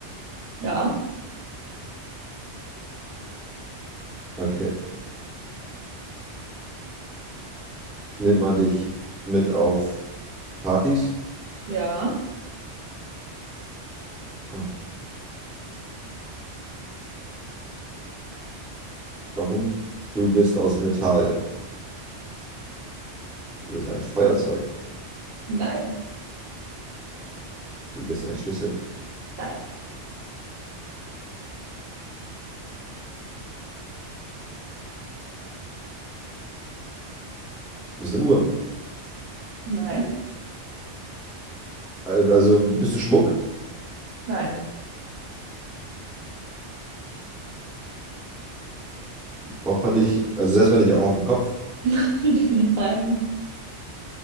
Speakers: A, on the right; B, in the centre.
A: Ja.
B: Okay. Nimmt man dich mit auf Partys?
A: Ja.
B: Hm. Warum? Du bist aus Metall. Du bist ein Feuerzeug.
A: Nein.
B: Du bist ein Schlüssel.
A: Nein.
B: Du bist eine Uhr.
A: Nein.
B: Äh, Also ein bisschen Schmuck
A: Nein.
B: braucht man nicht, also setzt man nicht auch auf den Kopf,
A: <laughs> Nein.